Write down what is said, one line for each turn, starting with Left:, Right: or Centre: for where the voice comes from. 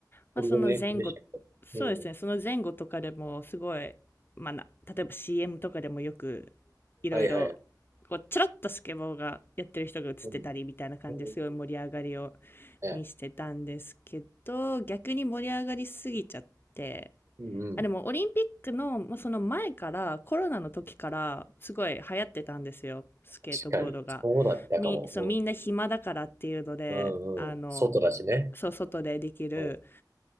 Left: まあその前後、
Right: 堀米君でしたっけうん。
Left: そうですね、その前後とかでもすごい、まあな、例えば CM とかでもよくいろいろ、
Right: はいはい。
Left: こう、ちょろっとスケボーがやってる人が映ってたりみたいな感じですごい盛り上がりを
Right: うん。うん。ね。
Left: 見せてたんですけど、逆に盛り上がりすぎちゃって、
Right: うんうん。
Left: あ、でもオリンピックの、もうその前から、コロナの時から、すごい流行ってたんですよ。スケートボードが。
Right: 確かに。そうだったかも。
Left: み、そう、みんな暇だからっていうので、
Right: うんうんうん。
Left: あの、
Right: 外だしね。
Left: そう、外でできる、
Right: うん